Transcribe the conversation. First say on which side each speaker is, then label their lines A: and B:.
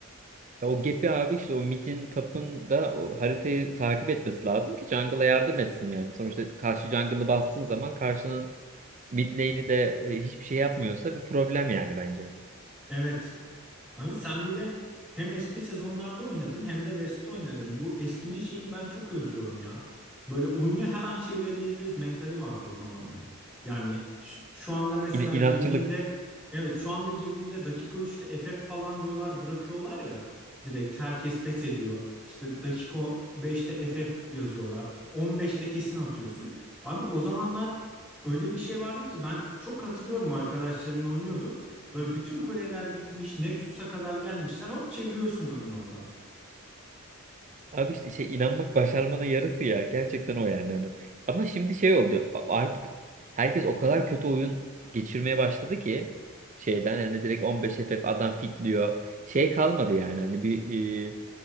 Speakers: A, on the right; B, in the centre.
A: ya o gap'i abi işte o mid'in tap'ın da o haritayı takip etmesi lazım ki jungle'a yardım etsin yani. Sonuçta karşı jungle'ı bastığın zaman karşının mid lane'i de e, hiçbir şey yapmıyorsa bir problem yani bence.
B: Evet. Abi sen bir de hem eski sezonlarda oynadın hem de West'te oynadın. Bu eskinin şeyini ben çok özlüyorum ya. Böyle oyunu her an çevirebiliriz mentali vardı o zamanlar. Yani şu, şu anda mesela
A: İn inatçılık
B: girdiğinde evet şu anda girdiğinde dakika 3'te FF falan diyorlar bırakıyorlar ya direkt herkes pes ediyor. İşte dakika 5'te FF yazıyorlar. on beşte kesin atıyorsun. Abi o zamanlar öyle bir şey vardı ki ben çok hatırlıyorum arkadaşlarımla oynuyorduk. Böyle bütün kuleler gitmiş Nexus'a kadar gelmişler hop çeviriyorsun oyunu oradan.
A: Abi işte şey inanmak başarmanın yarısı ya. Gerçekten o yani. Hani. Ama şimdi şey oldu. a- Artık herkes o kadar kötü oyun geçirmeye başladı ki şeyden yani direkt 15 FF adam fitliyor. Şey kalmadı yani. Hani bir e,